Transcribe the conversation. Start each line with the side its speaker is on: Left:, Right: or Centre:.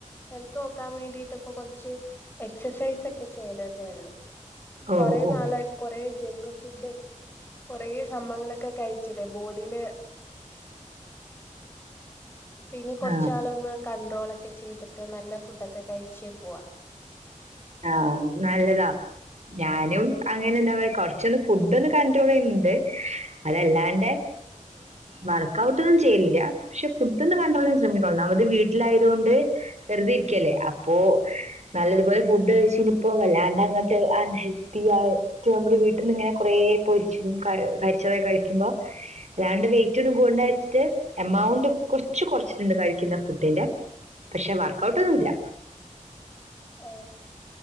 Left: ഹെൽത്ത് നോക്കാൻ വേണ്ടിട്ടപ്പൊ കൊറച്ച് എ എക്സസൈസ് ഒക്കെ ചെയ്തതേ ഉള്ളൂ
Right: ഓ
Left: കുറേ
Right: ഓ
Left: നാളായിട്ട് കുറേ ജക് ഫുഡും കൊറെ സംഭങ്ങളൊക്കെ കഴിച്ചിടെ ബോഡിയില് ഇനി കൊർച്ചാളൊന്ന്
Right: ആ
Left: കണ്ട്രോളൊക്കെ ചെയ്തിട്ട് നല്ല ഫുഡൊക്കെ കഴിച്ച് പോവാ
Right: ആ നല്ലതാ ഞാനും
Left: ഉം
Right: അങ്ങനെ എന്താ പറ കൊർച്ചൊന്ന് ഫുഡ് ഒന്ന് കൺണ്ട്രോൾ ചെയ്യുന്നുണ്ട് അതല്ലാണ്ട് വർക്ക്ഔട്ട് ഒന്നും ചെയ്യലില്ല. പക്ഷെ ഫുഡ് ഒന്നും കണ്ട്രോൾ ശ്രമിക്കോ ഒന്നാമ്മത് വീട്ടിലായതുകൊണ്ട് വെറുതെ ഇരിക്കല്ലേ അപ്പൊ നല്ലതുപോലെ ഫുഡ് കയ്ച്ചിനിപ്പോ വല്ലാണ്ട് അങ്ങട്ട് അൺഹെൽത്തി ആയിട്ട് നമ്മുടെ വീട്ടിൽ നിന്ന് ഇങ്ങനെ കൊ റേ പൊരിച്ചി കരിച്ചോതൊക്കെ കഴിക്ക്മ്പോ വല്ലാണ്ട് വെയ്റ്റൊന്നും കൂടണ്ടാ ര് ച്ചിട്ട് എമൗണ്ട് കൊർച് കൊർച്ചിട്ടുണ്ട് കഴിക്കുന്ന ഫുഡിന്റെ പക്ഷെ വർക്ക്ഔട്ട് ഒന്നുല്ല.
Left: ഓ